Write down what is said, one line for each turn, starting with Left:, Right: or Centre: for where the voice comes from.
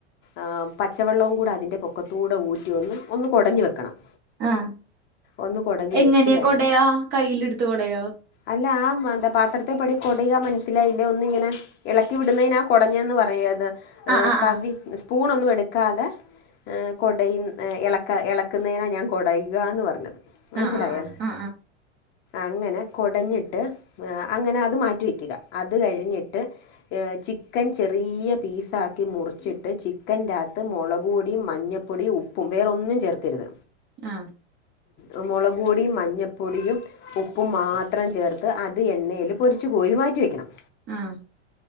Left: ആം പച്ചവെള്ളവും കൂടതിൻ്റെ പൊക്കത്തൂട ഊറ്റിയൊന്ന് ഒന്ന് കൊടഞ്ഞ് വെക്കണം
Right: ആഹ്
Left: ഒന്ന് കുടഞ്ഞ്
Right: എങ്ങനെയാ
Left: വെച്ച് കഴിഞ്ഞ്
Right: കൊടയാ കയ്യിലെടുത്ത് കൊടയോ
Left: അല്ല ആഹ് മന്താ പാത്രത്തെപടി കൊടയാ മനസ്സിലായില്ലാ ഒന്നിങ്ങനെ ഇളക്കി വിടുന്നതിനാ കൊടഞ്ഞെന്ന് പറയാത്
Right: ആ ആ
Left: തവി
Right: ആ
Left: സ്പൂണൊന്നുഎടുക്കാതെ ഏ കൊടയു എളക്ക എളക്കുന്നതിനാ ഞാൻ കൊടയുകാന്ന് പറഞ്ഞത് മനസ്സിലായോ
Right: ആ ആ ആ ആ
Left: അങ്ങനെ കൊടഞ്ഞിട്ട് അങ്ങനെ അത് മാറ്റിവെക്കുക അത് കഴിഞ്ഞിട്ട് ചിക്കൻ ചെറിയ പീസാക്കി മുറിച്ചിട്ട് ചി ചിക്കന്റകത്ത് മുളക് പൊടിയും മഞ്ഞപ്പൊടിയും ഉപ്പും വേറൊന്നും ചേർക്കരുത്
Right: ആഹ്
Left: ഉം മൊളക്പൊടിയും മഞ്ഞപ്പൊടിയും ഉപ്പും മാ ത്രം ചേർത്ത് അത് എണ്ണയില് പൊരിച്ച്കോരി മാറ്റി വെക്കണം
Right: ആഹ്